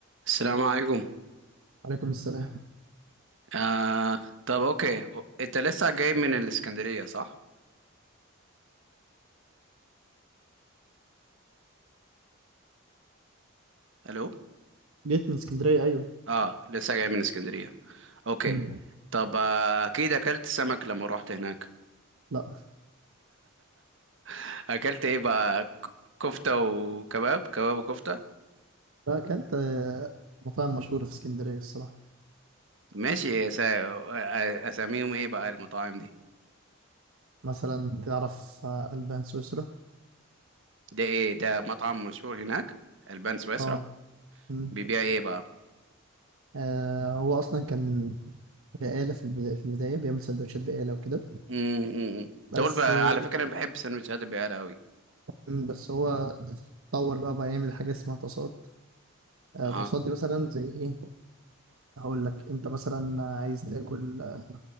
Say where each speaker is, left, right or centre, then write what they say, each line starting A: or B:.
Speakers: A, on the right; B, on the right.
A: السلام عليكم
B: عليكم السلام
A: آه طب اوكي انت لسه جاي من الاسكندرية صح؟ الو
B: جيت من اسكندرية أيوة
A: اه لسه جاي من الاسكندرية اوكي
B: مم.
A: طب آه، اكيد اكلت سمك لما روحت هناك
B: لا
A: <laughs> اكلت ايه بقى ك- كفتة وكباب كباب وكفتة
B: لا أكلت آه، مطاعم مشهورة في اسكندرية الصراحة
A: ماشي يا سا... آه، اساميهم ايه بقى المطاعم دي
B: مثلا تعرف آه، ألبان سويسرا
A: ده ايه ده مطعم مشهور هناك البان سويسرا
B: اه مم.
A: بيبيع ايه بقى
B: آه، هو أصلا كان بقالة في البداية, في البداية بيعمل سندوتشات بقالة وكده
A: امم
B: بس
A: دول بقى
B: آه،
A: على فكرة انا بحب سندوتشات البقالة قوي
B: مم، بس هو اتطور بقى بقى يعمل حاجة اسمها تصاد آه،
A: اها
B: تصاد دي مثلا زي إيه هقول لك أنت مثلا عايز تاكل آه،